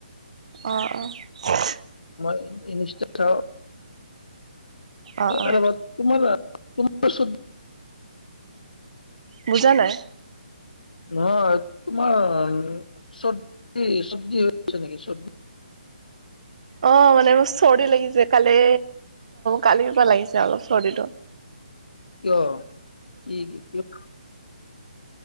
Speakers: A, on the right; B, on the left.
A: অঁ অঁ
B: মই নিশ্চয় চ
A: অ অ
B: এব তোমাৰ তোমাৰ
A: বুজা নাই।
B: নহয় তোমাৰ চৰ্দি চৰ্দি হৈ আছে নেকি চৰ্দি
A: অ মানে মোৰ চৰ্দি লাগিছে কালি কালি পৰা লাগিছে অলপ চৰ্দিটোত
B: কিয় কি কি ক